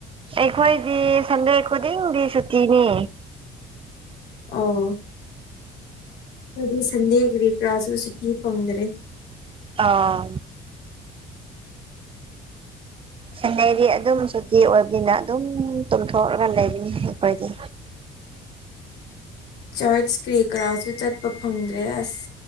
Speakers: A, on the right (about 30°); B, on the left (about 75°).
A: ꯑꯩꯈꯣꯏꯗꯤ ꯁꯟꯗꯦ ꯈꯣꯗꯤꯡꯗꯤ ꯁꯨꯇꯤꯅꯤ
B: ꯑꯣ ꯑꯩꯈꯣꯏꯗꯤ ꯁꯟꯗꯦꯒꯤꯔꯤ ꯀꯔꯥꯁꯨ ꯁꯨꯇꯤ ꯐꯪꯗ꯭ꯔꯦ
A: ꯑꯥ ꯁꯟꯗꯥꯌꯗꯤ ꯑꯗꯨꯝ ꯁꯨꯇꯤ ꯑꯣꯏꯕꯅꯤꯅ ꯑꯗꯨꯝ ꯇꯨꯝꯊꯣꯛꯑꯒ ꯂꯩꯕꯅꯤ ꯑꯩꯈꯣꯏꯗꯤ
B: <inaudible> <inaudible> ꯆꯔꯆ ꯀꯔꯤ ꯀꯔꯥꯁꯨ ꯆꯠꯄ ꯐꯪꯗ꯭ꯔꯦ ꯑꯁ